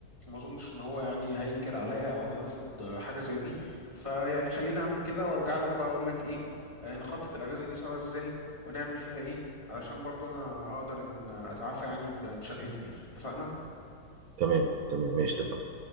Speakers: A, on the left (about 20°); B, on the right (about 65°).
A: وما اظنش ان هو يعني هينكر عليا او هيرفض حاجه زي دي فيعني خليني اعمل كده وارجع لك بقى اقول لك ايه آه، نخطط الاجازه دي سوا ازاي ونعمل فيها ايه علشان برضو انا اقدر ان اتعافى يعني ب- بشكل كبير اتفقنا
B: تمام تمام ماشي اتفقنا